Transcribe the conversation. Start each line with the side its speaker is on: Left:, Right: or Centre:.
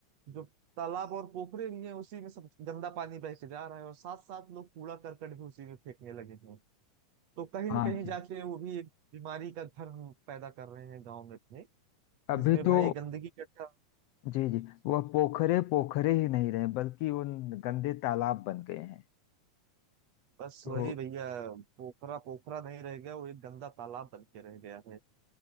Right: जो तालाब और पोखरे भी हैं उसी में सब गंदा पानी बह के जा रहा है और साथ साथ लोग कूड़ा करकट भी उसी में फेंकने लगे हैं तो कहीं
Left: हाँ
Right: ना कहीं
Left: जी
Right: जाके वो भी एक बीमारी का घर हम पैदा कर रहे हैं गाँव में अपने
Left: अभी
Right: जिसमें भाई
Left: तो
Right: गंदगी इकट्ठा
Left: जी जी वह पोखरे पोखरे ही नहीं रहे बल्कि उन गंदे तालाब बन गए हैं
Right: बस
Left: तो
Right: वही भैया पोखरा पोखरा नहीं रह गया वो एक गंदा तालाब बन के रह गया है